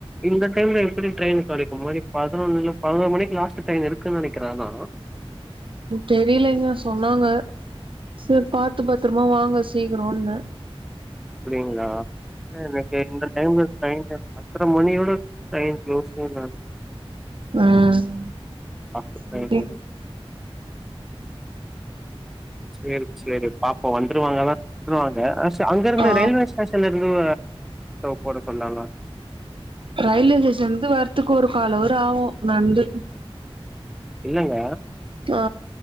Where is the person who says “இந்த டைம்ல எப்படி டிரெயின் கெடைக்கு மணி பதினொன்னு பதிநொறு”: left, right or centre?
Centre